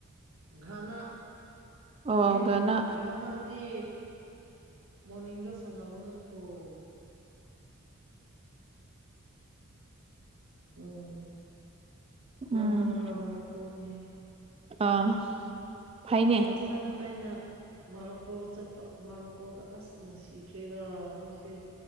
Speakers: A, on the right; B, on the right.
A: ꯘꯅꯥ
B: ꯑꯣꯒꯅ
A: ꯑꯦ ꯘꯅꯥ ꯗꯤ ꯃꯣꯔꯅꯤꯡꯗ ꯁꯥꯟꯅꯕ ꯅꯠꯇ꯭ꯔꯣ ꯎꯝ ꯘꯅꯥꯒ
B: ꯎꯝ
A: ꯃꯣꯔꯣꯛꯀꯣꯅꯦꯍꯦ
B: ꯑꯥ ꯐꯩꯅꯦ
A: ꯂꯥꯁ ꯇꯥꯏꯝ ꯑꯩꯅ ꯃꯥꯔꯣꯛꯀꯣ ꯆꯠꯄ ꯃꯣꯔꯣꯛꯀꯣꯗ ꯑꯁ ꯅꯨꯡꯁꯤꯈ꯭ꯔꯦꯗ ꯃꯣꯏꯁꯦ